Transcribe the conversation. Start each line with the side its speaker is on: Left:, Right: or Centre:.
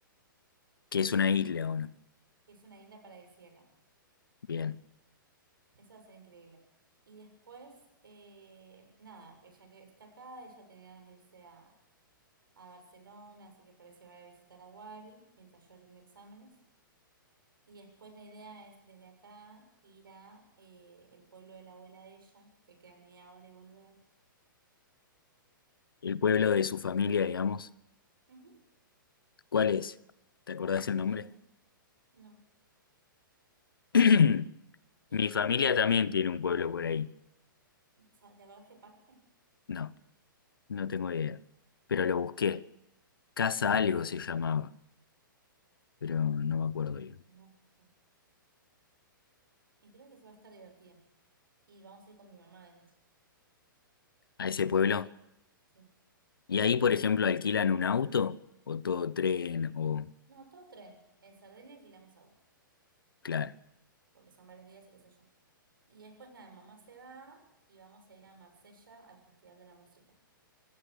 Left: Que es una isla, ¿o no?
Right: que es una isla paradisíaca.
Left: Bien.
Right: Eso va a ser increíble. Y después, eh, nada, que ya que está acá, ella tenía ganas de irse a, a Barcelona, así que parece va a visitar a Wally mientras yo rindo exámenes. Y después la idea es desde acá ir a eh, el pueblo de la abuela de ella, que queda media hora y volver.
Left: El pueblo de su familia, digamos.
Right: Ujú.
Left: ¿Cuál es? ¿Te acordás el nombre?
Right: No sé, no.
Left: <clears throat>
Right: Y
Left: Mi familia
Right: la idea,
Left: también tiene un pueblo por ahí.
Right: sa- ¿te acordás qué parte?
Left: No, no tengo idea. Pero lo busqué. Casa algo se llamaba, pero no me acuerdo bien.
Right: No, no. Y creo que eso va a estar divertido. Y vamos a ir con mi mamá además.
Left: A ese pueblo.
Right: Sí.
Left: Y ahí, por ejemplo, alquilan un auto o todo tren o...
Right: No, todo tren. En Sardenia alquilamos auto.
Left: Claro.
Right: porque son varios días y qué sé yo. Y después nada, mamá se va y vamos a ir a Marsella al Festival de la Música.